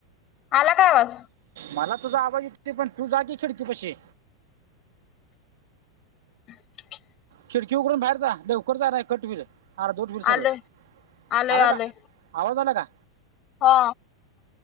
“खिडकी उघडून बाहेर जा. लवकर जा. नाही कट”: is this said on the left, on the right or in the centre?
Right